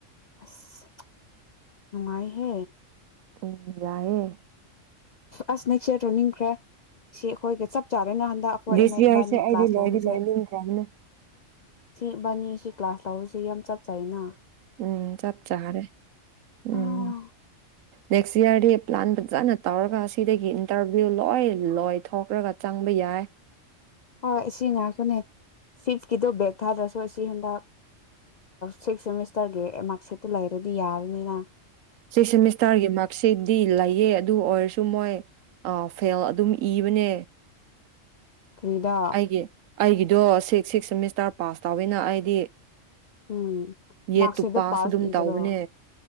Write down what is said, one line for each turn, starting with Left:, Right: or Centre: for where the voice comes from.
Left: ꯑꯁ ꯅꯨꯡꯉꯥꯏꯍꯦ
Right: ꯎꯝ ꯌꯥꯏꯑꯦ
Left: ꯑꯁ ꯅꯦꯛꯁ ꯏꯔ ꯇꯧ ꯅꯤꯡꯈ꯭ꯔꯦ ꯁꯤ ꯑꯩꯈꯣꯏꯒ ꯆꯞ ꯆꯥꯔꯦꯅ ꯍꯟꯗꯛ ꯑꯩꯈꯣꯏ
Right: ꯗꯤꯁ
Left: ꯑꯅ
Right: ꯌꯔꯁꯦ
Left: ꯏꯕꯥꯅꯤ
Right: ꯑꯩꯗꯤ
Left: ꯀ꯭ꯂꯥꯁ ꯂꯧꯕꯁꯦ
Right: ꯂꯣꯏꯗꯤ ꯂꯣꯏꯅꯤꯡꯈ꯭ꯔꯕꯅꯦ
Left: ꯁꯤ ꯕꯥꯅꯤ ꯁꯤ ꯀ꯭ꯂꯥꯁ ꯂꯧꯔꯤꯁꯤ ꯌꯥꯝ ꯆꯞ ꯆꯥꯥꯏꯅ
Right: ꯎꯝ ꯆꯞ ꯆꯥꯔꯦ ꯎꯝ
Left: ꯑꯥ
Right: ꯅꯦꯛꯁ ꯏꯌꯥꯔꯗꯤ ꯄ꯭ꯂꯥꯟ ꯐꯖꯅ ꯇꯧꯔꯒ ꯁꯤꯗꯒꯤ ꯏꯟꯇꯔꯚꯤꯌꯨ ꯂꯣꯏ ꯂꯣꯏ ꯊꯣꯛꯈ꯭ꯔꯒ ꯆꯪꯕ ꯌꯥꯏ
Left: ꯍꯣꯏ ꯑꯁꯤ ꯉꯥꯛꯇꯅꯦ ꯐꯤꯐꯀꯤꯗꯣ ꯕꯔꯦꯛ ꯊꯥꯗ꯭ꯔꯁꯨ ꯑꯁꯤ ꯍꯟꯗꯛ ꯁꯤꯛꯁ ꯁꯦꯃꯤꯁꯇꯔꯒꯤ ꯃꯥꯔꯛ ꯁꯤꯠꯇꯨ ꯂꯩꯔꯗꯤ ꯌꯥꯔꯤꯅꯤꯅ
Right: ꯁꯤꯛꯁ ꯁꯦꯃꯤꯁꯇꯥꯥꯔꯒꯤ ꯃꯥꯔꯛꯁꯤꯠ ꯗꯤ ꯂꯩꯌꯦ ꯑꯗꯨ ꯑꯣꯏꯔꯁꯨ ꯃꯣꯏ ꯐꯦꯜ ꯑꯗꯨꯝ ꯏꯕꯅꯦ
Left: ꯀ꯭ꯔꯤꯗꯥ
Right: ꯑꯩꯒꯤ ꯑꯩꯒꯤꯗꯣ ꯁꯤꯛꯁ ꯁꯤꯛꯁ ꯁꯦꯃꯤꯁꯇꯔ ꯄꯥꯁ ꯇꯧꯋꯦꯅ ꯑꯩꯗꯤ
Left: ꯎꯝ
Right: ꯌꯦꯠꯇꯨ
Left: ꯃꯥꯔꯛꯁꯤꯠꯇ
Right: ꯄꯥꯁ ꯑꯗꯨꯝ
Left: ꯏꯗ꯭ꯔꯣ
Right: ꯇꯧꯕꯅꯦ